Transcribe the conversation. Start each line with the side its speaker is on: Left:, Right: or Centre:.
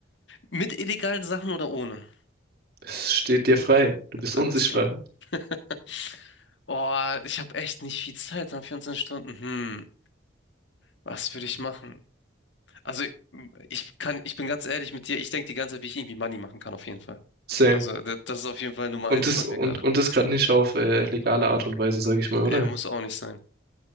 Left: mit illegalen Sachen oder ohne?
Right: es steht dir frei. Du bist
Left: Alles
Right: unsichtbar.
Left: klar. <laughs> Oh, ich habe echt nicht viel Zeit, ne? vierundzwanzig Stunden. Hm, was würde ich machen? Also ich kann, ich bin ganz ehrlich mit dir, ich denke die ganze Zeit, wie ich irgendwie Money machen kann, auf jeden Fall.
Right: Same.
Left: Also da- das ist auf jeden Fall Nummer
Right: Und
Left: eins
Right: das,
Left: bei
Right: und,
Left: mir gerade.
Right: und das gerade nicht auf äh, legale Art und Weise, sag ich mal, oder?
Left: Er muss auch nicht sein.